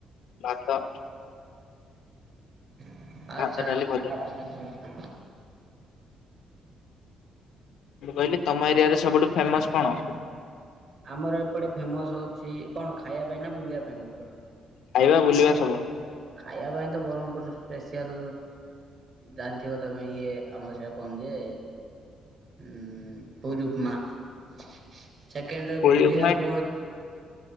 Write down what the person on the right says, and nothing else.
ଆଚ୍ଛା
ଆଚ୍ଛା।
ହଁ
ହଁ ହଁ।
ଆମର ଏପଟେ ଫେମସ୍ ହଉଚି କଣ ଖାଇବା ପାଇଁ ନା ବୁଲିବା ପାଇଁ କହୁଚ?
ଖାଇବା ପାଇଁ ତ ବରମ୍ପୁର ର ସ୍ପେସିଆଲ୍ ଜାଣିଥିବ ତମେ ଇଏ ଆମର ସେ କଣ ଯେ ଉଁ ପୁରୀ ଉପମା ସେକେଣ୍ଡରେ
ବୁଲିବାକୁ